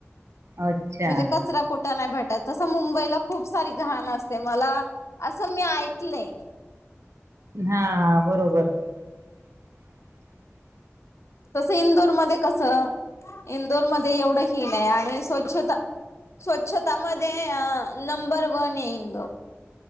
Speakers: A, on the right; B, on the left.
A: अच्छा
B: म्हजे कचरा कुटं नाय भेटायचा, तसा मुंबईला खूप सारी घाणं असते, मला असं मी ऐकलंय.
A: हां हां बरोबर. <inaudible>
B: तस इंदोर मध्ये, कसं इंदोरमध्ये एवढं हीण आहे आणि स्वच्छता स्वच्छता मध्ये अ नंबर वन आहे इंदोर.